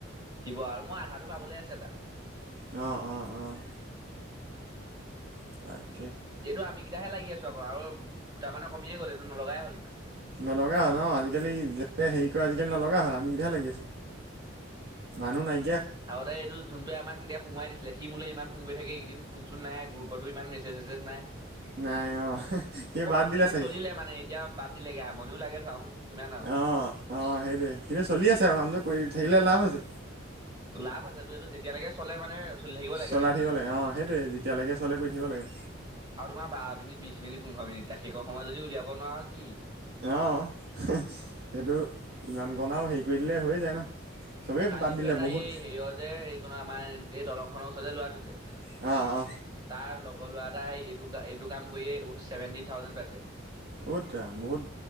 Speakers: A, on the right; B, on the right.
A: দিব আৰু মই আধাটো পাবলৈ আছে তাৰ।
B: অ', অ', অ'। <unintelligible>
A: এইটো আমি কেইটাহে লাগি আছোঁ আকৌ আৰু। দুটামানৰ কমিয়ে গ'ল এইটো নলগাই হ'ল ইমান।
B: নলগা হ'ল ন আজিকালি যে হেৰি কৰা আজিকালি নলগা হ'ল আমি। বেয়া লাগিল মানুহ নাই।
A: আগতে এইটো যোনটোৱে আমাক এতিয়া সোমাই দিছিলে, সি মোলে ইমান ফোন কৰি থাকে এইকেদিন ফোন চোন নাই গ্ৰুপতো ইমান মেছেজ চেছেজ নাই।
B: নাই অ', সি
A: প্ৰথম
B: বাদ দিলে
A: কেইদিন
B: চাগে?
A: চলিলে মানে এতিয়া বাদ দিলেগে আমনিও লাগে ধৰা চোন ইমান আৰু।
B: অঁ অঁ সেইটোৱে কিন্তু চলি আছে আৰু কামটো কৰি থাকিলে লাভ আছে।
A: লাভ আছেতো এইটো যেতিয়ালৈকে চলে মানে। চলি থাকিব লাগে
B: চলাই
A: হয় নে নহয়?
B: থাকিব লাগে অ', সেইটোৱে যেতিয়াালৈকে চলে কৰি থাকিব লাগে।
A: আৰু তোমাৰ বাৰ মিনিট, বিশ মিনিট, পোন্ধৰ মিনিট, এটা সেইকণ সময়ত যদি উলিয়াব নোৱাৰা কি।
B: অ', সেইটো ইমান কণ আৰু হেৰি কৰি দিলে হৈয়ে যায় ন। চবেই
A: কালিতো
B: বাদ দিলে
A: এটাই
B: বহুত
A: হেৰিয় যে এই কো আমাৰ এই দলংখনৰ ওচৰতে লোৱাটো যে।
B: অ অ
A: তাৰ লগ ল তাই এইটো এইটো কাম কৰিয়ে ছেভেনটিন থাউজেণ্ড পাইছে।
B: অ', দা বহুত